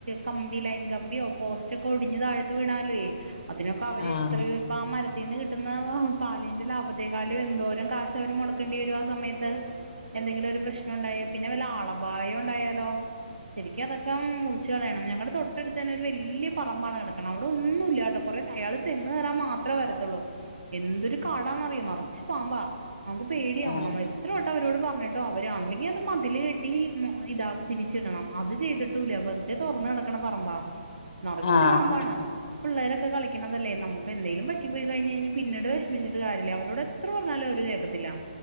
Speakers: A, on the right (about 65°); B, on the left (about 45°).
A: കമ്പി ലൈൻ കമ്പിയോ പോസ്റ്റൊക്കെ ഒടിഞ്ഞ് താഴത്ത് വീണാലുഏ അതിനൊക്കെ അവര്
B: ആഹ്
A: ഇത്രയു പ്പൊ ആ മരത്തിന്ന് കിട്ടുന്ന പാലിന്റെ ലാഭത്തെേക്കാളും എന്തോരം കാശ് അവര് മൊടക്കണ്ടി വരും ആ സമയത്ത് എന്തെങ്കിലു ഒരു പ്രശ്നം ഉണ്ടായ പിന്നെ വല്ല ആളപായം ഉണ്ടായാലോ? ശരിക്കു അതൊക്കെ കുറിച്ച് കളയണം ഞങ്ങടെ തൊട്ടടുത്തന്നെ ഒരു വല്യ പറമ്പാണ് കിടക്കണം അവിടെ ഒന്നും ഇല്യ ട്ടോ കൊറേ അയാള് തെങ്ങ് കേറാൻ മാത്രേ വരത്തുള്ളൂ എന്തൊരു കാടാന്നറിയോ നറച്ചു പാമ്പാ നമുക്ക് പേടിയാവും
B: ആഹ്
A: നമ്മള് എത്ര വട്ടം അവരോട് പറഞ്ഞിട്ടോ അവര് അല്ലെങ്കിൽ അത് മതില് കെ ട്ടി ഇതാക്കി തിരിച്ചിടണം അത് ചെയ്തിട്ടൂല വെറുതെ തുറന്ന് കെടക്കണ പറമ്പ നറച്ച്
B: ആഹ്
A: പാമ്പാണ് പിള്ളേരൊക്കെ കളിക് ക്കുന്നതല്ലേ നമുക്ക് എന്തേലുംപറ്റിപ്പോയി കഴിഞ്ഞയിഞ്ഞ പിന്നീട് വിഷമിച്ചട്ട് കാര്യില്ല അവരോട് എത് എത്ര പറഞ്ഞാലും അവര് കേക്കത്തില്ല